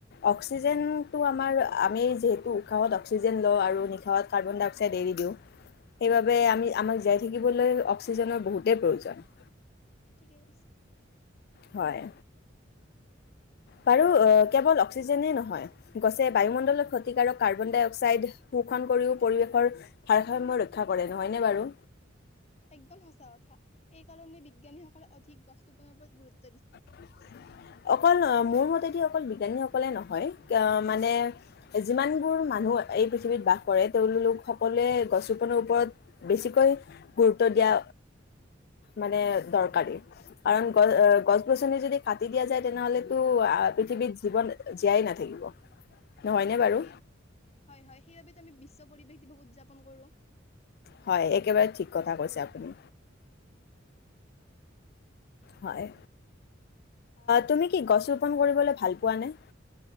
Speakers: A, on the left; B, on the left.
A: অক্সিজেনটো আমাৰ আমি যিহেতু উশাহত অক্সিজেন লওঁ আৰু নিশাহত কাৰ্বন ডাই অক্সাইড এৰি দিওঁ। সেইবাবে আমি-আমাক জীয়াই থাকিবলৈ অক্সিজেনৰ বহুতেই প্ৰয়োজন।
B: ঠিকেই কৈছে।
A: হয়। বাৰু, আ কেৱল অক্সিজেনেই নহয়, গছে বায়ুমণ্ডলত ক্ষতিকাৰক কাৰ্বন ডাই অক্সাইড শোষণ কৰিও পৰিৱেশৰ ভাৰসাম্য ৰক্ষা কৰে নহয়নে বাৰু?
B: একদম সঁচা কথা। এইকাৰণে বিজ্ঞানীসকলে অধিক গছ টোপনৰ ওপৰত গুৰুত
A: <inaudible> অকল, মোৰ মতেদি অকল বিজ্ঞানীসকলে নহয়। মানে যিমানবোৰ মানুহ এই পৃথিৱীত বাস কৰে, তেওঁলোক সকলোৱে গছ ৰোপণৰ ওপৰত বেছিকৈ গুৰুত্ব দিয়া, মানে দৰকাৰী। কাৰণ <unintelligible> যদি কাটি দিয়া যায়, তেনেহ'লেতো পৃথিৱীত জীৱন জীয়াই নাথাকিব। নহয়নে বাৰু
B: তাকেই, হয় হয়। সেইবাবেতো আমি বিশ্ব পৰিৱেশ দিৱস উদযাপন কৰো।
A: হয় একেবাৰে ঠিক কথা কৈছে আপুনি। হয়। তুমি কি গছ ৰোপণ কৰিবলৈ ভাল পোৱানে?